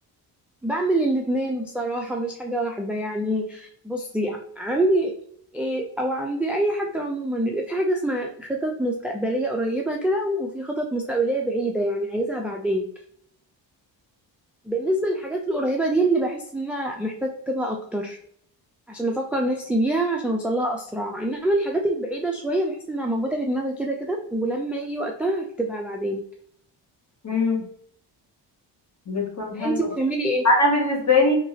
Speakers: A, in the centre; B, on the left.
A: بعمل الاتنين بصراحة مش حاجة واحدة يعني بصي عندي إيه أو عندي أي حد عموما بيبقى في حاجة اسمها خطط مستقبلية قريبة كده وفي خطط مستقبلية بعيدة يعني عايزها بعدين بالنسبة للحاجات القريبة دي اللي بحس إن أنا لأ محتاجة أكتبها أكتر عشان أفكر نفسي بيها عشان أوصلها أسرع إنما الحاجات البعيدة شوية بحس إنها موجودة في دماغي كده كده ولما يجي وقتها هكتبها بعدين
B: امم بتكون حلوة
A: أنتي بتعملي إيه؟
B: انا بالنسبة لي